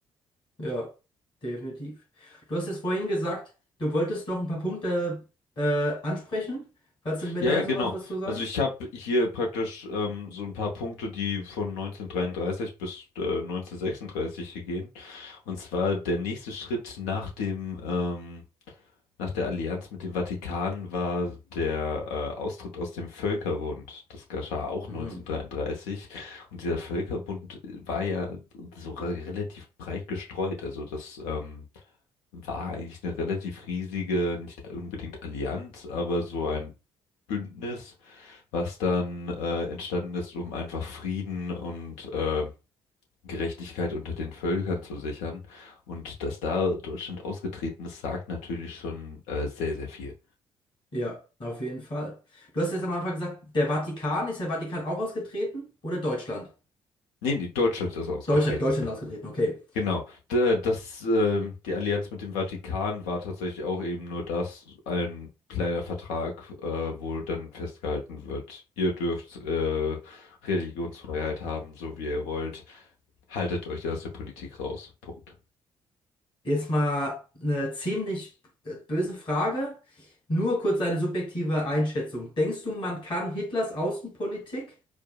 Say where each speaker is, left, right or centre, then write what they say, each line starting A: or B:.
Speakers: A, on the left; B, on the left.
A: Ja, definitiv. Du hast es vorhin gesagt, du wolltest noch ein paar Punkte äh, ansprechen. Kannst du mir
B: Ja,
A: da
B: ja,
A: jetzt
B: genau.
A: noch was, was zu sagen?
B: Also ich habe hier praktisch ähm, so ein paar Punkte, die von 1933 bis äh, 1936 hier gehen. Und zwar der nächste Schritt nach dem, ähm, nach der Allianz mit dem Vatikan war der äh, Austritt aus dem Völkerbund. Das geschah auch
A: Mhm.
B: 1933. Und dieser Völkerbund äh, war ja so re- relativ breit gestreut. Also das ähm, war eigentlich eine relativ riesige, nicht unbedingt Allianz, aber so ein Bündnis, was dann äh, entstanden ist, um einfach Frieden und äh, Gerechtigkeit unter den Völkern zu sichern. Und dass da Deutschland ausgetreten ist, sagt natürlich schon äh, sehr, sehr viel.
A: Ja, auf jeden Fall. Du hast jetzt am Anfang gesagt, der Vatikan, ist der Vatikan auch ausgetreten oder Deutschland?
B: Nee, nee, Deutschland ist ausgetreten.
A: Deutschland, Deutschland ausgetreten, okay.
B: Genau. D- Das, äh, die Allianz mit dem Vatikan war tatsächlich auch eben nur das, ein kleiner Vertrag, äh, wo dann festgehalten wird, ihr dürft äh, Religionsfreiheit haben, so wie ihr wollt. Haltet euch aus der Politik raus. Punkt.
A: Jetzt mal eine ziemlich äh, böse Frage. Nur kurz deine subjektive Einschätzung. Denkst du, man kann Hitlers Außenpolitik